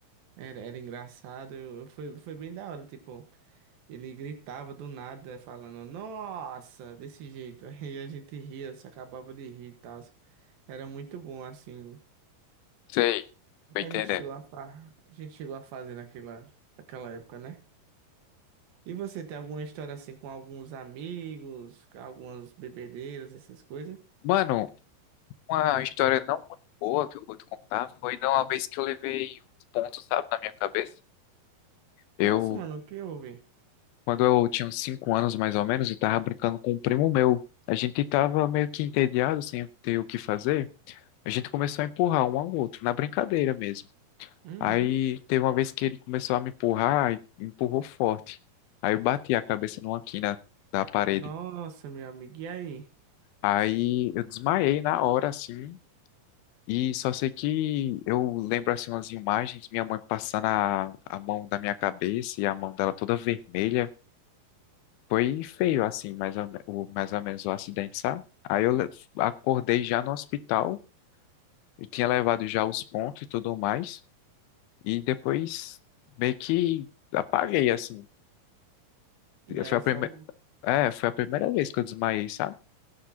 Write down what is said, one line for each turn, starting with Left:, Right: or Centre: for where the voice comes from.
Right: era, era engraçado, eu- foi foi bem da hora, tipo Ele gritava do nada, falando, nossa, desse jeito. <laughs> Aí a gente ria, se acabava de rir e tal. Era muito bom, assim.
Left: sei.
Right: O
Left: Tô
Right: que
Left: entendendo.
Right: a gente chegou a, fa... a gente chegou a fazer naquela... naquela época, né? E você tem alguma história assim com alguns amigos, com algumas bebedeiras, essas coisas?
Left: Mano, uma história não muito boa que eu vou te contar foi de uma vez que eu levei uns pontos, sabe, na minha cabeça. Eu,
Right: Nossa, mano, o que houve?
Left: quando eu tinha uns 5 anos mais ou menos, eu tava brincando com um primo meu. A gente tava meio que entediado, sem ter o que fazer. A gente começou a empurrar um ao outro, na brincadeira mesmo.
Right: Uhum.
Left: Aí teve uma vez que ele começou a me empurrar, e empurrou forte. Aí eu bati a cabeça numa quina da parede.
Right: Nossa, meu amigo, e aí?
Left: Aí eu desmaiei na hora, assim, e só sei que eu lembro, assim, umas imagens, minha mãe passando a, a mão da minha cabeça e a mão dela toda vermelha. Foi feio, assim, mais ou, me- o, mais ou menos o acidente, sabe? Aí eu le- acordei já no hospital, eu tinha levado já os pontos e tudo mais, e depois meio que apaguei, assim.
Right: E aí
Left: Foi a
Right: só.
Left: primeira É, foi a primeira vez que eu desmaiei, sabe?